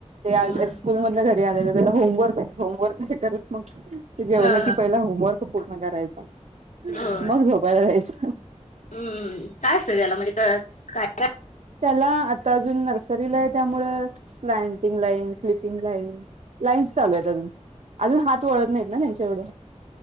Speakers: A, on the right (about 65°); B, on the left (about 90°).
A: ते
B: हम्म
A: स्कूल मधन घरी आलेलं त्याना होमवर्क होमवर्क करत, मग? ते जेवलं
B: हा
A: की
B: हा
A: पहिला होमवर्क पूर्ण करायच
B: होय
A: मग झोपायला जायच.
B: हम्म काय असतं त्याला म्हणजे काय काय?
A: त्याला आता अजून नर्सरीला आहे त्यामुळं स्लँड <unintelligible> लाईन्स चालू आहे त्यांच, अजुन हात वडत नाही न त्यांच. तेवढ,